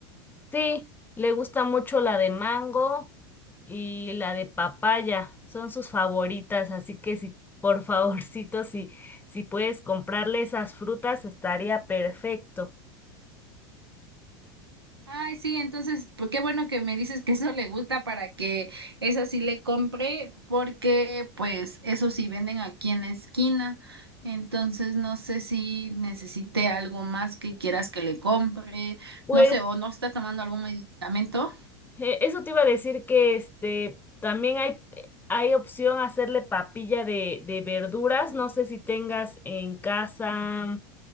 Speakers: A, on the left; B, on the right.
A: Sí, le gusta mucho la de mango y la de papaya, son sus favoritas, así que si por <laughs> favorcito, si, si puedes comprarle esas frutas, estaría perfecto.
B: Ay, sí, entonces, pues qué bueno que me dices que eso le gusta para que eso sí le compre, porque pues eso sí venden aquí en la esquina. Entonces, no sé si necesite algo más que quieras que le compre,
A: Pues
B: no sé, o no está tomando algún medicamento.
A: Eh, Eso te iba a decir que este también hay, hay opción hacerle papilla de, de verduras. No sé si tengas en casa